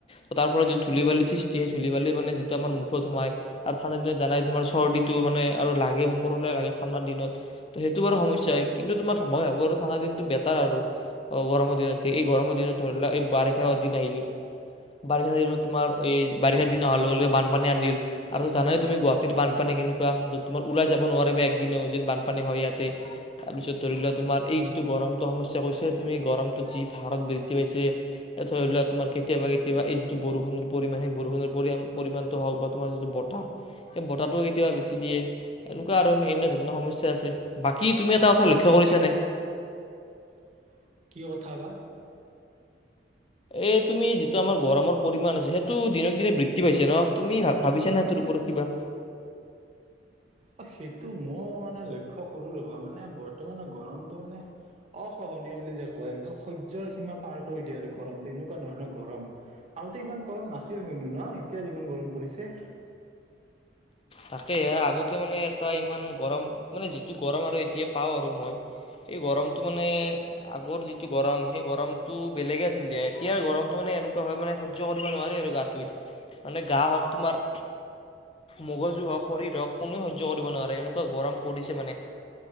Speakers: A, on the left; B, on the right.
A: এ তাৰ যি ধুলী বালি সৃষ্টি হয় মানে যিটো খত সোমাই আৰু ঠাণ্ডা দিনত জানাই তোমাৰ চৰ্দিীটো মানে আৰু লাগে সকলোে লাগে ঠাণ্ডা দিনত সেইটো বাৰু সমস্যয়াই কিন্তু তোমাৰ মই ভাবো আৰু ঠাণ্ডা দিনটো বেটাৰ আৰু অ, গৰ দিনতকে এই গৰম দিনত ধ এই বাৰিষা দিন আহ বাৰিষা দ তোমাৰ এই বাৰিষা দিন হলে বান বান আনিল আৰু জানাই তুম গাহাটত বানপানী কেনেকুৱা য তোমাৰ ওলাই যাব নোৱিবা একদিন যিন বানপানী হয়। ইয়াতে তাৰপিছত ধৰি লোৱা তুমাৰ এই যিটো গৰমতটো সমস্যা কৈছে তুমি গৰমটো যি ভাৰত বৃদ্ধি পাইছে ধৰি লোৱা তোমাৰ কেতিয়াবা কেতিয়াবা এই যিটো বৰষুণৰ পৰিমাণ সেই বৰষুণৰ পৰি পৰিমাণ। হওক বা তোমাৰ যিটো বতাহ সেই বতাহটো কেতিাবা বেছি দিয়ে এনেকুৱা আৰু এনে ধৰণৰ সমস্যা আছে বাকী তুমি এটা কথা লক্ষ্য কৰি কৰিছে নে।
B: অ', কথাবা
A: এই তুমি যিটো আমাৰ গৰমৰ পৰিমাণ আছে সেইটো দিনক দিনে বৃদ্ধি পাইছে ন তুমি ভ ভাবিছা না তোৰ ওপৰত কিবা।
B: অ, সেইটো মই মানে লক্ষ্য কৰো ৰবা মানে বৰ তাৰ মানে গৰমটো মানে অসহনীয়া বুলি যে কয় একদম সহ্যৰ সীমা পাৰ কৰি দিয়ে আৰু গৰম তেনেকুৱা ধৰণৰ গৰম। আগতে ইমান গৰম নাছিল কিন্তু ন এতিয়া যিমান গৰম পৰিছে।
A: তাকে আগতে মানে এটা ইমান গৰম মানে যিটো গৰম আৰু এতিয়া পাও আৰু মই এই গৰমতটো মানে আগৰ যিটো গৰম সেই গৰমতটো বেলেগে আছিল দ এতিয়াাৰ গৰমটো মানে এনেকুৱা হয় মানে সহ্য কৰিব নোৱাৰি আৰু গাটোৱ মানে গা হওক তোমাৰ মগজু হক শৰীৰ হক কোননে সহ্য কৰিব নোৱাৰে এনেকুৱা গৰম পৰিছে মানে।